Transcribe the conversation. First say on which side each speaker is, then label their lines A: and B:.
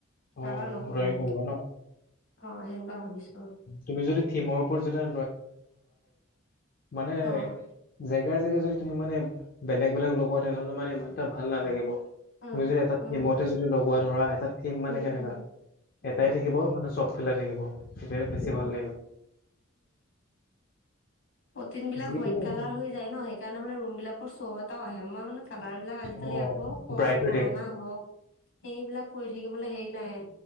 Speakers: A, on the left; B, on the left.
A: অ'
B: কালাৰ
A: অ'
B: নকৰো
A: ড্ৰয়িং
B: মানে।
A: কৰিব ন?
B: অ' সেনেকুৱা ভাবিছো আৰু
A: তুমি যদি থিমৰ ওপৰত যেতিয়া, ম <unintelligible>
B: অ'
A: জেগা জেগা যদি তুমি মানে বেলেগ বেলেগ লগোৱা, তেনেহ'লে মানে ইমান এটা ভাল নালাগিব।
B: অ'
A: তুমি যদি এটা থিমতে
B: অ'
A: যদি লগোৱা ধৰা এটা, থিম মানে
B: উম,
A: কেনেকা,
B: উম,
A: এটাই
B: উম,
A: থাকিব মানে চব ফালে থাকিব। বেছি
B: উম,
A: ভাল লাগিব।
B: প্ৰটিন বিলাক
A: যিকোনো
B: হোৱাইট কালাৰ
A: হওক
B: হৈ যায় ন, সেইকাৰণে মানে ৰুম বিলাকৰ শ' এটাও আহে। মই মানে কালাৰ বিলাক আজিকালি
A: অ'
B: আকৌ কৰ
A: ব্ৰাইট হৈ
B: পুৰণা
A: থাকে।
B: হওক। সেইবিলাক কৰি থাকিবলৈ হেৰি নাই।